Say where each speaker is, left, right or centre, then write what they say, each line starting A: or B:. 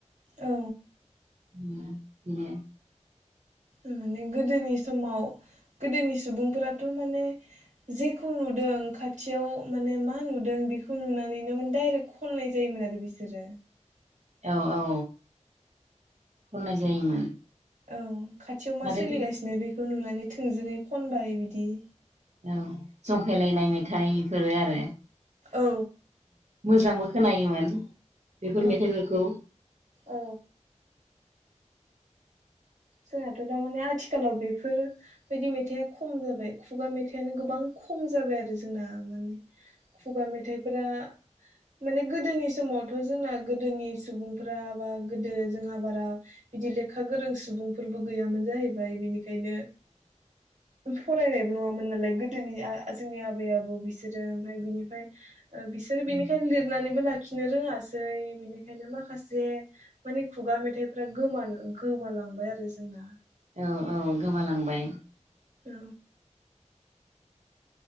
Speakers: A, on the right; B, on the right.
A: औ
B: उम माने
A: माने गोदोनि समाव गोदोनि सुबुंफोराथ माने जेखौ नुदों खाथ थियाव माने मा नुदों बे खौ नुनानैनो मान दायरेक्ट खननाय जायोमोन आरो बिसोरो।
B: औ औ खननाय जायोमोन
A: औ खाथियाव मा
B: नाथायथ'
A: सोलिगासिनो
B: ओ
A: बेखौ नुनानै थोंजोङै खनबाय बिदि बि
B: औ जंखायलायनाय मेथाइ फोरो आरो
A: औ
B: मोजांबो खोनायोमोन बेफोर
A: औ
B: मेथाइफोरखौ
A: औ जोंहाथ दा माने आथिखालाव बेफोर बिदि मेथाइआ खम जाबाय खुगा मेथाइआनो गोबां खम जाबाय आरो जोंना माने खुगा मेथाइफोरा माने गोदोनि समावथ जोंना गोदोनि सुबुंफोरा बा गोदो जोंहा बारा बिदि लेखा गोरों सुबुं फोरबो गैयामोन जाहैबाय बिनि बेखायनो फरायनायबो नङामोन नालाय गोदोनि जोंनि आबै आबौ बिसोरो ओमफ्राय बिनिफ्राय ओ बिसोरो बेनिखायनो
B: औ
A: लिरनानैबो ला खिनो रोङासै बिनिखायनो माखासे माने खुगा मेथाइफोरा गोमा गोमालांबाय आरो जोंना
B: औ औ गोमालांबाय
A: औ